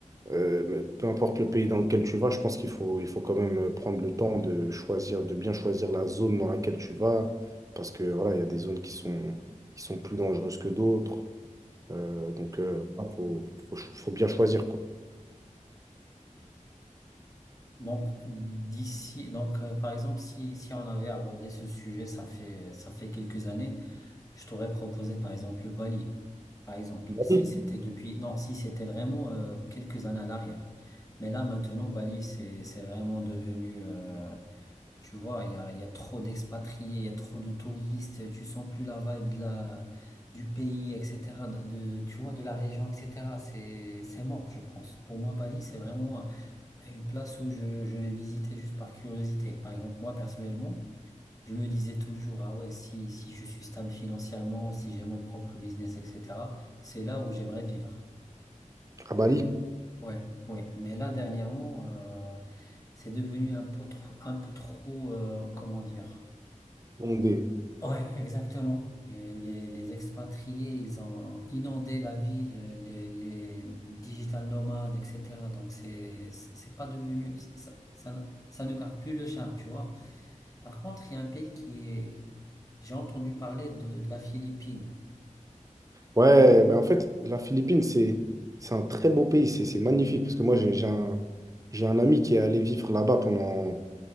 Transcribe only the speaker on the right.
euh, mais peu importe le pays dans lequel tu vas, je pense qu'il faut, il faut quand même euh, prendre le temps de choisir, de bien choisir la zone dans laquelle tu vas, parce que voilà, il y a des zones qui sont, qui sont plus dangereuses que d'autres. Euh, donc, il faut, faut, cho- faut bien choisir, quoi.
Bali.
À Bali,
Bondé.
Ouais, ben en fait, la Philippine, c'est c'est un très beau pays, c'est c'est magnifique, parce que moi, j'ai j'ai un, j'ai un ami qui est allé vivre là-bas pendant,